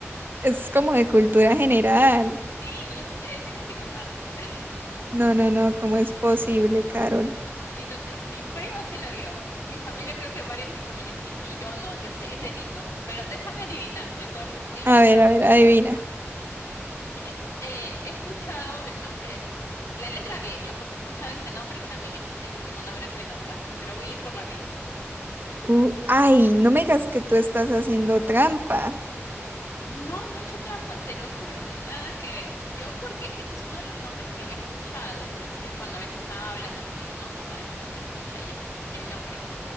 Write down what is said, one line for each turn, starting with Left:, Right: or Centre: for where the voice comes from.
Right: Es como de cultura general.
Left: Sí, lo sé, tienes que matarme, lo sé. <laughs>
Right: No, no, no, ¿cómo es posible, Carol?
Left: Sí, lo sé. Mi primo sí lo vio. Mi familia, creo que varios de mi familia sí. Y yo no, yo sé, es delito. Pero déjame adivinar, ¿de acuerdo? Voy a
Right: A
Left: intentarlo.
Right: ver, a ver, adivina.
Left: Bien, eh, he escuchado el nombre, la letra B, ya, porque he escuchado ese nombre y también el, el último nombre que me nombraste, pero voy a ir por la B.
Right: Uh, ay, no me digas que tú estás haciendo trampa.
Left: No, no he hecho trampa, te lo juro, nada que ver. Yo porque ese es uno de los nombres que yo he escuchado, es decir, cuando a veces hablan así, ¿no? Tú sabes que uno escucha ahí el nombre.